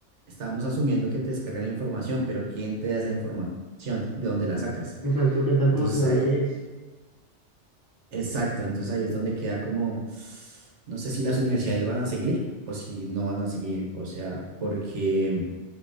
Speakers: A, on the right; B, on the left.
A: estamos asumiendo que te descargan la información, pero ¿quién te da esa información? ¿De dónde la sacas?
B: exacto, que tan
A: Entonces
B: confiable
A: ahí-
B: es.
A: Exacto, entonces ahí es donde queda como, no sé si las universidades van a seguir o si no van a seguir, o sea, porque